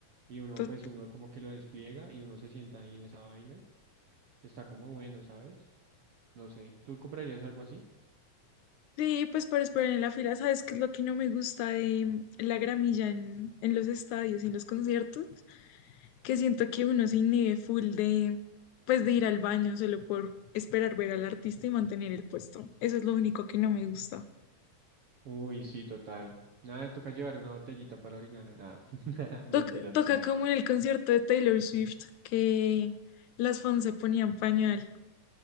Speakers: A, on the right; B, on the left.
A: Y uno,
B: Tot-
A: pues uno como que lo despliega y uno se sienta ahí en esa vaina. Está como bueno, ¿sabes? No sé, ¿tú comprarías algo así?
B: Sí, pues para esperar en la fila, ¿sabes qué es lo que no me gusta de la gramilla en, en los estadios y en los conciertos? Que siento que uno se inhibe full de, pues de ir al baño solo por esperar ver al artista y mantener el puesto. Eso es lo único que no me gusta.
A: Uy, sí, total. Nada, toca llevar una botellita para orinar. Ah, <laughs> mentiras,
B: Toca, toca
A: qué asco.
B: como en el concierto de Taylor Swift, que las fans se ponían pañal.